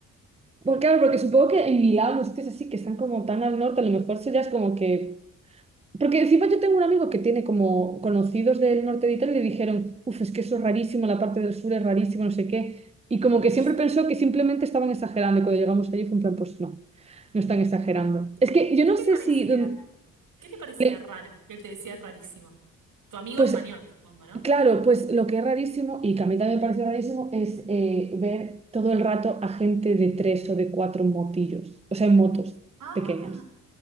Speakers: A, on the right; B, on the right.
A: Porque, claro, porque supongo que en Milán, los sitios así que están como tan al norte, a lo mejor eso ya es como que... Porque encima yo tengo un amigo que tiene como conocidos del norte de Italia y le dijeron, uff, es que eso es rarísimo, la parte del sur es rarísimo, no sé qué. Y como
B: <laughs> Rarísimo.
A: que siempre pensó que simplemente estaban exagerando y cuando llegamos allí fue un plan, pues no, no están exagerando. Es que
B: ¿Y
A: yo
B: qué
A: no
B: le
A: sé
B: parecía?
A: si... don-
B: ¿Qué le parecía
A: le-
B: raro? Que él te decía es rarísimo. Tu amigo
A: Pues
B: español, supongo, ¿no?
A: Claro, pues lo que es rarísimo, y que a mí también me pareció rarísimo, es eh, ver todo el rato a gente de tres o de cuatro motillos, o sea, en motos
B: Ah,
A: pequeñas.